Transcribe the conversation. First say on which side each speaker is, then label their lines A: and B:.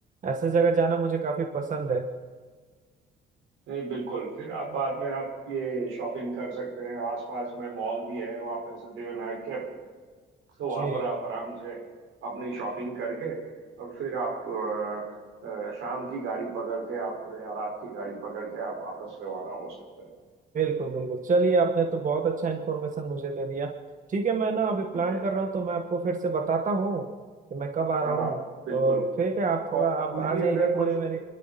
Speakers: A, on the right; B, on the right.
A: ऐसे जगह जाना मुझे काफी पसंद है
B: नहीं बिल्कुल फिर आप बाद में आप ये शॉपिंग कर सकते हैं आसपास में मॉल भी है वहां पे सिद्धिविनायक के तो
A: जी
B: वहां पर आप आराम से अपनी शॉपिंग करके और फिर आप अ, अ, शाम की गाड़ी पकड़ के आप या रात की गाड़ी पकड़ के आप वापस रवाना हो सकते हैं
A: बिल्कुल बिल्कुल चलिए आपने तो बहुत अच्छा इन्फॉर्मेशन मुझे दे दिया ठीक है मैं ना अभी प्लान
B: नहीं नहीं
A: कर रहा हूँ तो मैं आपको फिर से बताता हूँ कि मैं कब आ रहा
B: हाँ
A: हूँ
B: बिल्कुल
A: तो ठीक है आप थोड़ा
B: और
A: आप
B: कुछ
A: आ
B: भी
A: जाइएगा
B: अगर
A: थोड़ी
B: कुछ
A: मेरी